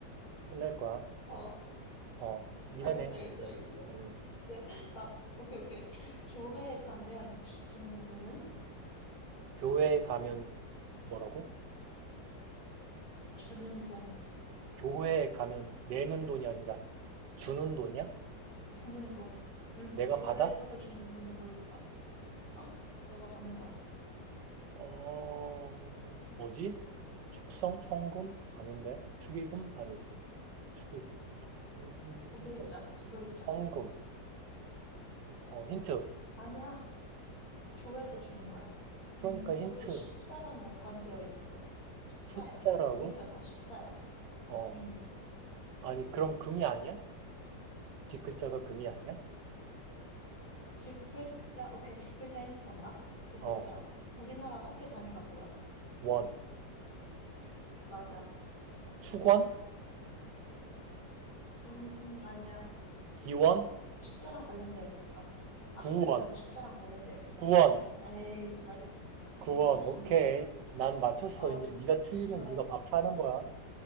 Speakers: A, on the right (about 75°); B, on the left (about 55°).
A: 끝낼 거야.
B: 어,
A: 어, 네가
B: 알겠어,
A: 내,
B: 알겠어,
A: 이제.
B: 알겠어.
A: 음,
B: 야, 나, 오케이, 오케이. 교회에 가면 주는 돈은?
A: 교회에 가면 뭐라고?
B: 주는 돈,
A: 교회에 가면 내는 돈이 아니라 주는 돈이야?
B: 주는 돈. 응,
A: 내가
B: 교회에서
A: 받아?
B: 주는 돈이 뭘까? 어, 너가 받는 거야.
A: 어, 뭐지? 축성? 성금? 아닌데? 축의금? 아니고. 축의금. 축의금도
B: 두 글자,
A: 아니고.
B: 두 글자.
A: 헌금. 어, 힌트.
B: 아니야, 교회에서 주는 거야. 음,
A: 그러니까
B: 이것도
A: 힌트.
B: 숫자랑 연관되어 있어. 숫자야.
A: 숫자라고?
B: 두 글자 다 숫자야.
A: 어,
B: 음.
A: 아니, 그럼 금이 아니야? 뒷글자가 금이 아니야?
B: 뒷글자, 오케이, 뒷글자 힌트 간다. 뒷글자.
A: 어,
B: 우리나라 화폐 단위가 뭐야?
A: 원.
B: 맞아.
A: 추권?
B: 음, 음, 아니야.
A: 기원?
B: 숫자랑 관련되어 있어. 앞
A: 구원.
B: 글자도 숫자랑 관련되어 있어.
A: 구원.
B: 에이, 맞았어.
A: 구원.
B: 정답,
A: 오케이.
B: 정답.
A: 난 맞췄어.
B: 어,
A: 이제 네가 틀리면
B: 정답.
A: 네가 밥 사는 거야.